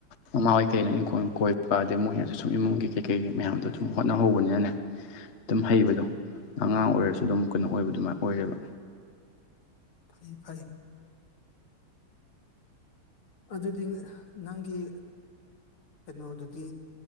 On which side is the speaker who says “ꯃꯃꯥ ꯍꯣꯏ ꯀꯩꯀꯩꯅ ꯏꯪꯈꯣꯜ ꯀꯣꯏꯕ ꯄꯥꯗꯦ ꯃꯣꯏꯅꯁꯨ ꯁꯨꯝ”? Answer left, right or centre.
Left